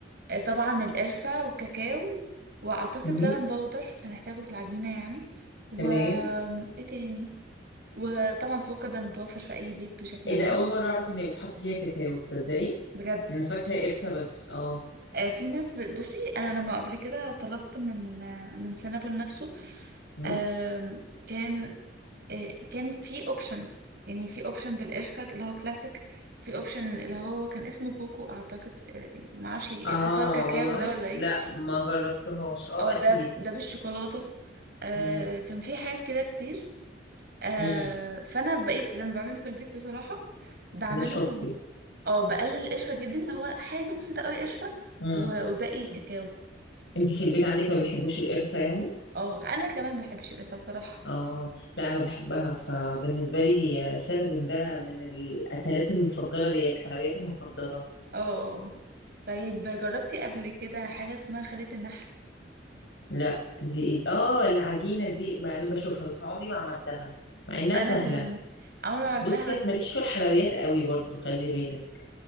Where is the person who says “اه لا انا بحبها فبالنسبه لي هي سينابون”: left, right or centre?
Left